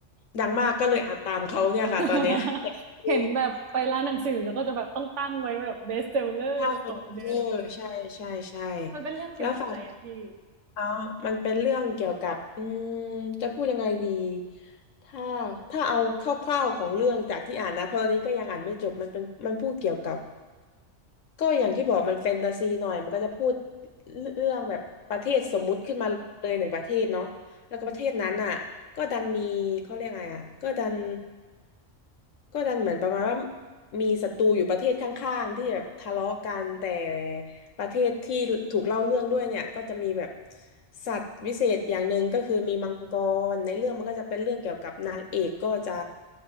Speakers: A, on the left; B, on the right.
A: ดังมากก็เลยอ่านตามเขาเนี่ยค่ะตอนเนี้ย
B: <laughs> เห็นแบบไปร้านหนังสือแล้วก็จะแบบต้องตั้งไว้แบบเบสเซลเลอร์ของเดือน
A: <laughs> ใช่เออใช่ใช่ใช่
B: มันเป็นเรื่องเกี่ยวกับอะไรอะพี่
A: แล้วฝั่ง อ๋อมันเป็นเรื่องเกี่ยวกับอืมจะพูดยังไงดี ถ้าถ้าเอาคร่าวๆของเรื่องจากที่อ่านนะเพราะตอนนี้ก็ยังอ่านไม่จบมันเป็นมันพูดเกี่ยวกับ ก็อย่างที่บอกมันแฟนตาซีหน่อยมันก็จะพูดเรื่องแบบประเทศสมมุติขึ้นมาเลยหนึ่งประเทศเนาะแล้วก็ประเทศนั้นอ่ะก็ดันมีเขาเรียกไงอ่ะก็ดันก็ดันเหมือนประมาณว่ามีศัตรูอยู่ประเทศข้างๆที่แบบทะเลาะกันแต่ ประเทศที่ถูกเล่าเรื่องด้วยเนี่ยก็จะมีแบบสัตว์วิเศษอย่างหนึ่งก็คือมีมังกรในเรื่องมันก็จะเป็นเรื่องเกี่ยวกับนางเอกก็จะ